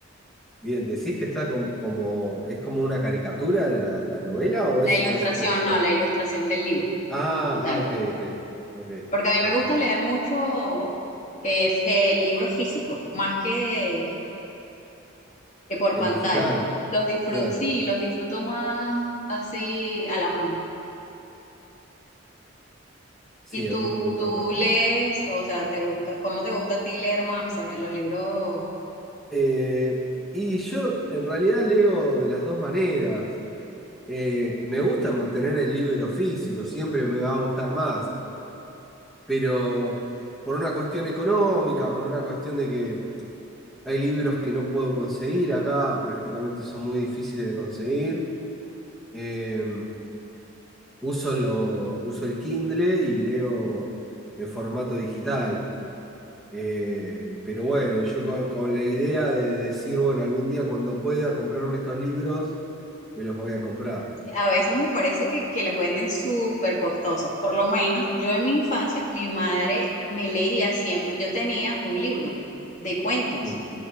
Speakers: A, in the centre; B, on the left.
A: Bien, ¿decís que está com- como, es como una caricatura la, la novela o
B: La
A: es,
B: ilustración,
A: o es texto?
B: no, la ilustración del libro
A: Ah,
B: como tal,
A: ah, ok, ok, ok.
B: porque a mí
A: Eh,
B: me gusta leer mucho eh, el libro físico más que, que por
A: El
B: pantalla.
A: digital,
B: Los disfruto,
A: claro.
B: sí, los disfruto más así a la mano.
A: Sí,
B: ¿Y tú,
A: a mí me gusta
B: tú
A: más también.
B: lees, o sea, te gusta, cómo te gusta a ti leer más, o sea, los libros
A: Eh, y yo en realidad leo de las dos maneras. Eh, me gusta mo- tener el libro físico, siempre me va a gustar más, pero por una cuestión económica, por una cuestión de que hay libros que no puedo conseguir acá, prácticamente son muy difíciles de conseguir. Eh, uso, lo, uso el Kindle y leo en formato digital. Eh, pero bueno, yo co- con, la idea de decir, bueno, algún día cuando pueda comprarme estos libros, me los voy a comprar.
B: A veces me parece que, que los venden súper costosos. Por lo menos yo en mi infancia, mi madre me leía siempre. Yo tenía un libro de cuentos
A: Mm,